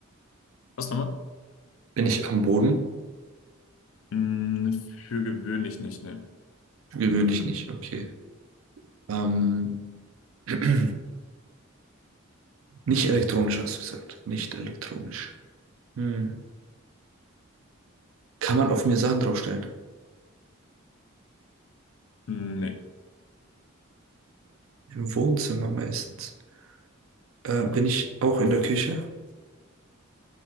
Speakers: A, on the left; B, on the right.
A: Was nochmal?
B: Bin ich am Boden?
A: Mm, Für gewöhnlich nicht, nee.
B: Gewöhnlich nicht, okay. Ähm, <clears throat> nicht elektronisch, hast du gesagt. Nicht elektronisch. Hm. Kann man auf mir Sachen draufstellen?
A: Nee.
B: Im Wohnzimmer meistens. Äh, bin ich auch in der Küche?